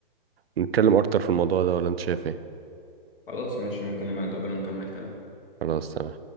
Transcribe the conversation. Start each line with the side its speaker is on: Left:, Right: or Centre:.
Right: ونتكلم أكتر في الموضوع ده ولا أنت شايف إيه؟
Left: خلاص ماشي ممكن نبقى نتقابل ونكمل كلام
Right: خلاص تمام